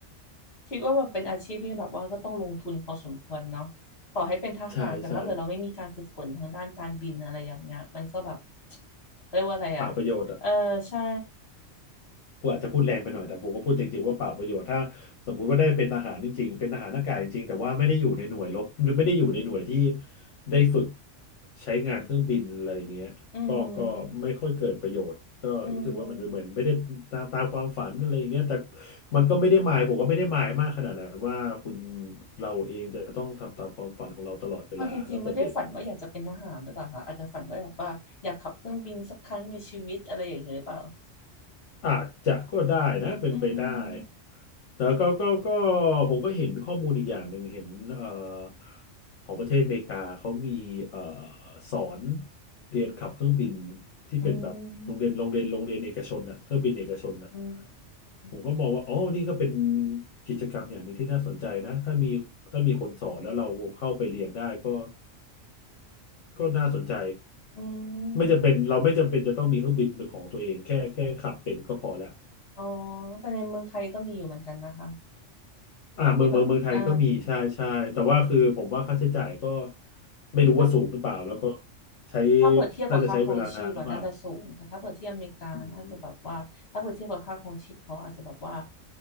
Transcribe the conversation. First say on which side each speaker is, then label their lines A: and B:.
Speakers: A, on the left; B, on the left.
A: คิดว่าแบบเป็นอาชีพที่แบบว่าก็ต้องลงทุนพอสมควรเนาะต่อให้เป็นทหารแต่ถ้าเกิดเราไม่มีการฝึกฝนทางด้านการบินอะไรอย่างเงี้ยมันก็แบบ
B: <laughs> ใช่ใช่
A: เรียกว่าอะไรอ่ะ
B: เปล่าประโยชน์อ่ะ
A: เออใช่
B: กูอาจจะพูดแรงไปหน่อยแต่ผมก็พูดจริงๆว่าเปล่าประโยชน์ถ้าสมมุติว่าได้เป็นทหารจริงๆเป็นทหารอากาศจริงๆแต่ว่าไม่ได้อยู่ในหน่วยรบไม่ได้อยู่ในหน่วยที่ได้ฝึกใช้งานเครื่องบินอะไรอย่างเงี้ยก็ก็ไม่ค่อยเกิดประโยชน์ก็รู้สึกว่ามันเหมือนไม่ได้ตามตามความฝันอะไรอย่างเงี้ยแต่
A: อืมอืม
B: มันก็ไม่ได้หมายผมก็ไม่ได้หมายมากขนาดนั้นว่าคุณเราเองจะต้องทำตามความฝันของเราตลอดเวลาตั้งแต่เด็ก
A: เอาจริงๆไม่ได้ฝันว่าอยากจะเป็นทหารหรือเปล่าคะอาจจะฝันว่าแบบว่าอยากขับเครื่องบินสักครั้งในชีวิตอะไรอย่างเงี้ยหรือเปล่า
B: อาจจะก็ได้นะเป็นไปได้
A: อืม
B: แต่ก็ก็ก็ผมก็เห็นข้อมูลอีกอย่างหนึ่งเห็นเอ่อของประเทศอเมริกาเขามีเอ่อสอนเรียนขับเครื่องบินที่เป็นแบบโรงเรียนโรงเรียนโรงเรียนเอกชนน่ะเครื่องบินเอกชนน่ะ
A: อืมอืม
B: ผมก็มองว่าอ๋อนี่ก็เป็นกิจกรรมอย่างหนึ่งที่น่าสนใจนะถ้ามีถ้ามีคนสอนแล้วเราเข้าไปเรียนได้ก็ก็น่าสนใจ
A: อื
B: ไม่จำเป็นเราไม่จำเป็นจะต้องมีเครื่องบินเป็นของตัวเองแค่แค่ขับเป็นก็พอแล้ว
A: ม อ๋อ แต่ในเมืองไทยก็มีอยู่เหมือนกันนะคะ
B: อ่าเมืองเมืองเมืองไทยก็มีใช่ใช่แต่ว่าคือผมว่าค่าใช้จ่ายก็
A: ที่แบบเอ่อ
B: ไม่รู้ว่าสูงหรือเปล่าแล้วก็
A: น่า
B: ใช้
A: ถ้าเปิดเทียบกับค่าครองชีพอะน่าจะสูงแต่ถ้าเปิดเทียบอเมริกาน่าจะแบบว่าถ้าเปิดเทียบกับค่าครองชีพเขาอาจจะแบบว่า
B: น่าจะใช้เวลานานหรือเปล่าอืม